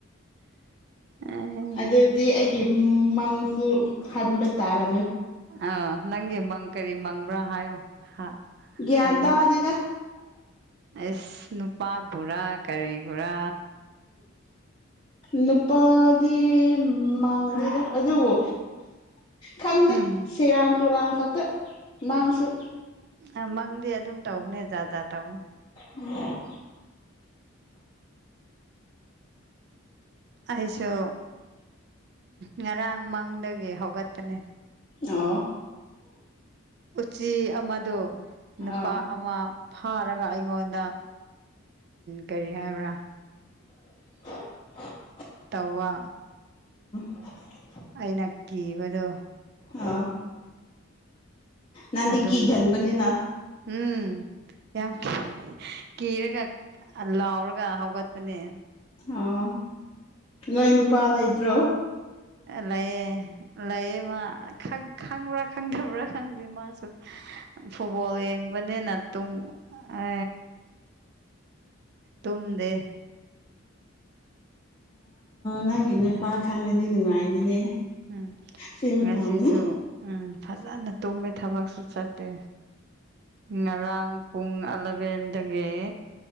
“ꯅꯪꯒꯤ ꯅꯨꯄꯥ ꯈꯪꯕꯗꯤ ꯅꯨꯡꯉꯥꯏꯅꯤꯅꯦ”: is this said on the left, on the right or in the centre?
Left